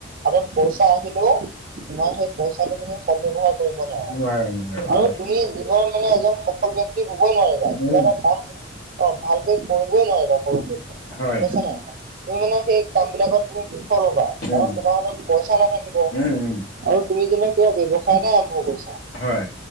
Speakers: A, on the right (about 45°); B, on the left (about 85°).
A: হাতত পইচা আহিলেও তোমাৰ সেই পইচাটো তুমি সদব্যৱহাৰ কৰিব নোৱাৰা।
B: নোৱাৰো নোৱাৰো
A: আৰু
B: হয়।
A: তুমি জীৱনত মানে এজন সফল ব্যক্তি হবই নোৱাৰিবা।
B: উম
A: কিবা এটা কাম অ' ভালকে কৰিবই নোৱাৰিবা কৰো বুলিলে
B: হয়
A: গ'ম পাইছা নে নাই, তুমি মানে সেই কাম বিলাকত তুমি লবা
B: উম।
A: কাৰণ তোমাৰ হতত পইচা নাথাকিব।
B: উম উম
A: আৰু তুমি যেনেকুৱা কিবা ব্যৱসায় এটা আৰম্ভ কৰিছা,
B: হয়